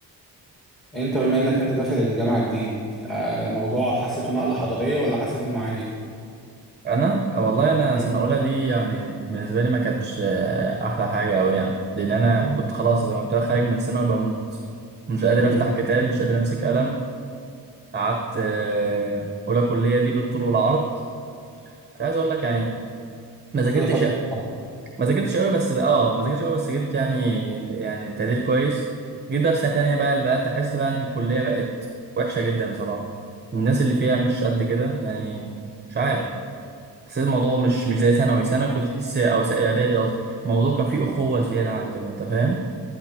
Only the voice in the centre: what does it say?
انت بما انك انت داخل الجامعة جديد آه، الموضوع حسيته نقلة حضارية ولا حسيته انه عادي؟
مم.
مم.
خد فترة آه.